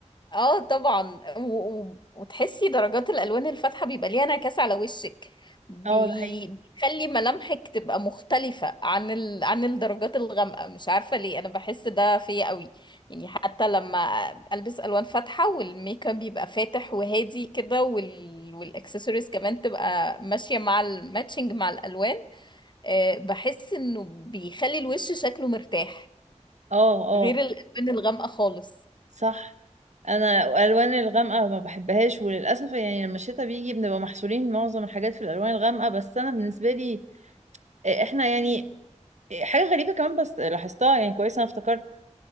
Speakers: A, on the left; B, on the right.
A: اه طبعا و... و... وتحسي درجات الالوان الفاتحه بيبقى ليها انعكاس على وشك بي-
B: اه ده حقيقي
A: بيخلي ملامحك تبقى مختلفه عن ال... عن الدرجات الغامقه مش عارفه ليه انا بحس ده فيا قوي يعني حتى لما البس الوان فاتحه والميك اب بيبقى فاتح وهادي كده وال... والاكسسوارز كمان تبقى ماشيه مع الماتشنج مع الالوان أه بحس انه بيخلي الوش شكله مرتاح
B: اه اه
A: غير الالوان الغامقه خالص
B: صح انا الالوان الغامقه ما بحبهاش وللاسف يعني لما الشتاء بيجي بنبقى محصورين معظم الحاجات في الالوان الغامقه بس انا بالنسبه لي آه، احنا يعني آه، حاجه غريبه كمان بس لاحظتها يعني كويس انا افتكرت